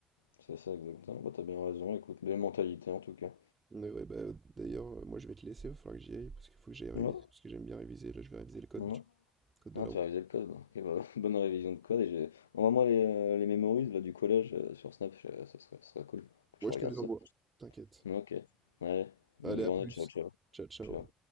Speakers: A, on the left (about 80°); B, on the right (about 30°).
A: c'est ça, exactement. Bah, t'as bien raison, écoute, belle mentalité, en tout cas.
B: Mais ouais, bah, d'ailleurs, euh, moi je vais te laisser, il va falloir que j'y aille parce qu'il faut que j'aille réviser,
A: Non,
B: parce que j'aime bien réviser. Là, je vais réviser le code,
A: non.
B: du- code de
A: Ah,
B: la
A: tu
B: route.
A: as révisé le code. Bon. Ok, bah, <laughs> bonne révision de code. Et j'ai... Envoie-moi les, euh, les memories là, du collège euh, sur Snap, je- ça serait, ça serait cool que
B: Moi,
A: je regarde
B: je te les
A: ça.
B: envoie, t'inquiète.
A: Ok, allez, bonne
B: Allez,
A: journée,
B: à plus.
A: ciao, ciao.
B: Ciao, ciao.
A: Ciao.